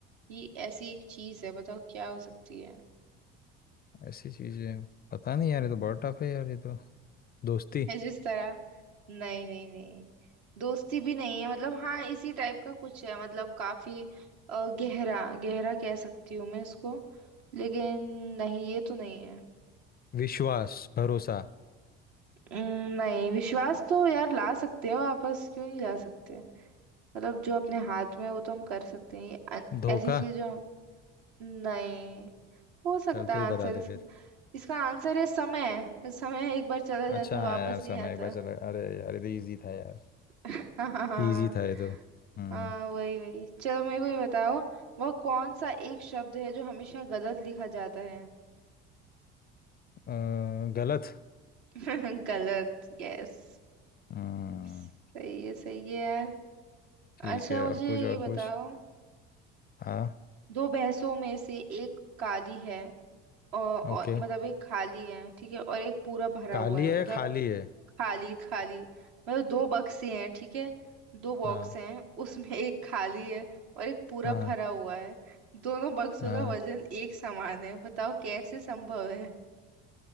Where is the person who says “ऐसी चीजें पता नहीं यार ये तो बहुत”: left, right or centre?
Left